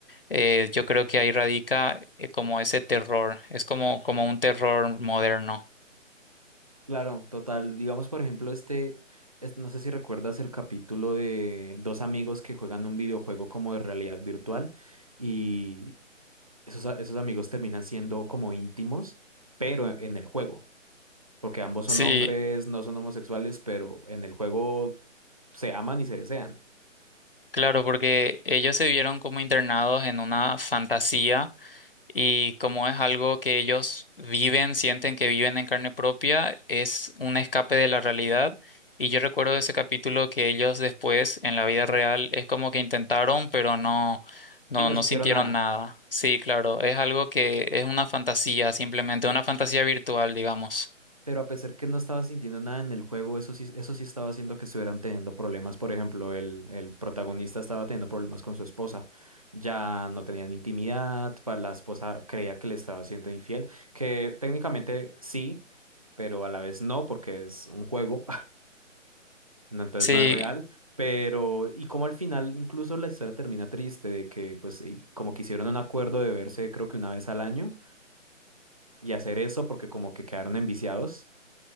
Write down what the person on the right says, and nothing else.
Claro, total. Digamos, por ejemplo, este, es- no sé si recuerdas el capítulo de dos amigos que juegan un videojuego como de realidad virtual y esos, a- esos amigos terminan siendo como íntimos, pero e, en el juego, porque ambos son
hombres, no son homosexuales, pero en el juego se aman y se desean.
Sí, no
sintieron
nada,
pero a pesar que no estaba sintiendo nada en el juego, eso sí, eso sí estaba haciendo que estuvieran teniendo problemas. Por ejemplo, el, el protagonista estaba teniendo problemas con su esposa, ya no tenían intimidad, pa- la esposa creía que le estaba siendo infiel, que técnicamente sí, pero a la vez no, porque es un juego. No, entonces
no es real, pero y como al final incluso la historia termina triste de que pues y como que hicieron un acuerdo de verse creo que una vez al año y hacer eso porque como que quedaron enviciados,